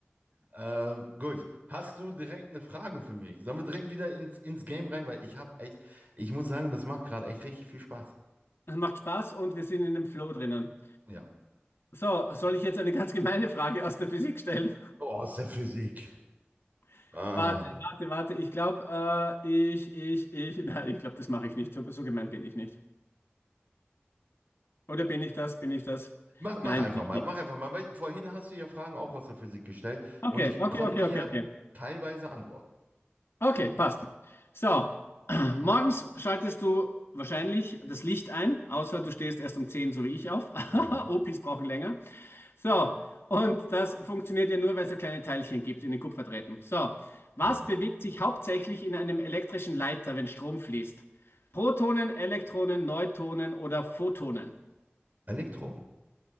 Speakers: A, on the right; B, on the left.
A: ähm, gut, hast du direkt eine Frage für mich? Sollen wir direkt wieder ins, ins Game rein? Weil ich habe echt, ich muss sagen, das macht gerade echt richtig viel Spaß.
B: Es macht Spaß und wir sind in dem Flow drinnen.
A: Ja.
B: So, soll ich jetzt eine ganz gemeine Frage aus der Physik stellen?
A: Oh, aus der Physik.
B: <laughs>
A: Ah.
B: Warte, warte, warte. Ich glaube, äh, ich, ich, ich. Nein, ich glaube, das mache ich nicht. So, so gemein bin ich nicht. Oder bin ich das? Bin ich das?
A: Mach, mach
B: Nein,
A: einfach
B: bin ich
A: mal,
B: nicht.
A: mach einfach mal. Weil vorhin hast du ja Fragen auch aus der Physik gestellt
B: Okay,
A: und ich
B: okay,
A: konnte
B: okay, okay,
A: ja
B: okay.
A: teilweise antworten.
B: Okay, passt. So, <clears throat> morgens schaltest du wahrscheinlich das Licht ein, außer du stehst erst um 10, so wie ich, auf.
A: Mhm.
B: <laughs> Opis brauchen länger. So, und das funktioniert ja nur, weil es so kleine Teilchen gibt in den Kupferdrähten. So, was
A: Mhm.
B: bewegt sich hauptsächlich in einem elektrischen Leiter, wenn Strom fließt? Protonen, Elektronen, Neutronen oder Photonen?
A: Elektron.